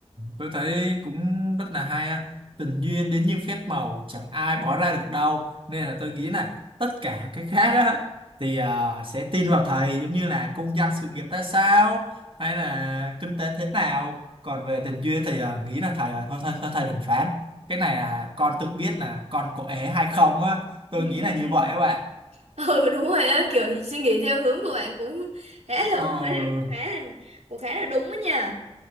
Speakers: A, on the right (about 50°); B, on the right (about 85°).
A: tôi thấy cũng rất là hay ha. Tình duyên đến như phép màu chẳng ai bỏ ra được đâu nên là tôi nghĩ là tất cả cái khác á, thì à, sẽ tin vào thầy giống như là công danh sự nghiệp ra sao hay là kinh tế thế nào còn về tình duyên thì à, nghĩ là thầy à, thôi, thôi thôi thầy đừng phán cái này là con tự biết là con có ế hay không á tôi
B: <laughs>
A: nghĩ là như vậy các bạn
B: ừ đúng rồi á kiểu suy nghĩ theo hướng của bạn cũng khá
A: ờ
B: là ok cũng khá là cũng khá là đúng đó nha